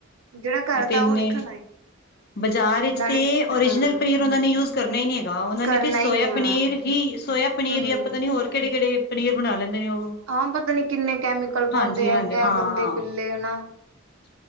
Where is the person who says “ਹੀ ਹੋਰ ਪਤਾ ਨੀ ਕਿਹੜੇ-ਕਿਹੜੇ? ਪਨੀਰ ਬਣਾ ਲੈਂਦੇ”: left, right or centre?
Left